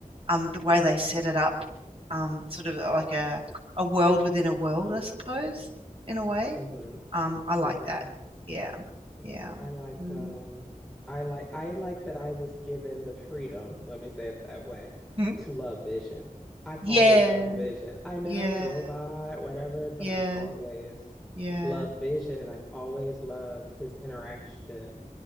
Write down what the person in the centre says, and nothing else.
Mm-hmm.
Mm-hmm.
Yeah.
I liked
um I like I like that I was given the freedom, let me say it that way,
to love Vision. I've
always loved Vision. I know
robot, whatever, but
I've always
loved Vision and I've always loved his interaction